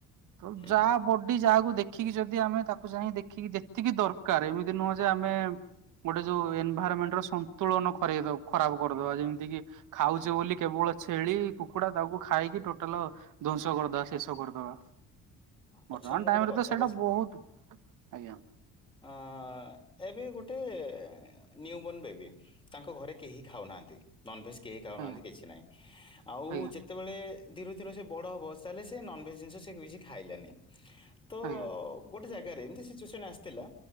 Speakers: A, on the right; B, on the left.
A: ତୁ
B: ହୁଁ
A: ଯା ବଡି ଯାହାକୁ ଦେଖିକି ଯଦି ଆମେ ତାକୁ ଯାଇ ଦେଖିକି ଯେତିକି ଦରକାର ଏମିତି ନୁହଁ ଯେ ଆମେ ଗୋଟେ ଯୋଉ ଏନଭାଇରମେଣ୍ଟର ସନ୍ତୁଳନ ହ ହରେଇ ଦବୁ ଖରାପ କରିଦବା ଯେମିତି କି ଖାଉଛେ ବୋଲି କେବଳ ଛେଳି କୁକୁଡା ତାକୁ ଖାଇକି ଟୋଟାଲ ଧ୍ଵଂସ କରିଦବା ଶେଷ କରିଦବା।
B: ଆଚ୍ଛା
A: ବର୍ତ୍ତମାନ
B: ମୁଁ
A: ଟାଇମରେ
B: ଗୋଟେ କଥା
A: ତ ସେଇଟା ବହୁତ ଆଜ୍ଞା।
B: ଆଁ ଏବେ ଗୋଟେ ନିଉ ବର୍ଣ୍ଣ ବେବି ତାଙ୍କ ଘରେ କେହି ଖାଉନାହାନ୍ତି ନନଭେଜ୍। କେହି ଖାଉନାହାନ୍ତି
A: ଆଜ୍ଞା
B: କିଛି ନାହିଁ ଆଉ
A: ଆଜ୍ଞା
B: ଯେତେବେଳେ। ଦିନ କୁ ଦିନ ସେ ବଡ଼ ହବ ତାହେଲେ ସେ ନନଭେଜ ଜିନିଷ ସେ କିଛି ଖାଇଲାନି। ତ
A: ଆଜ୍ଞା
B: ଅ ଗୋଟେ ଜାଗାରେ। ଏମତି ସିଚ୍ୟେସନ ଆସି ଥିଲା।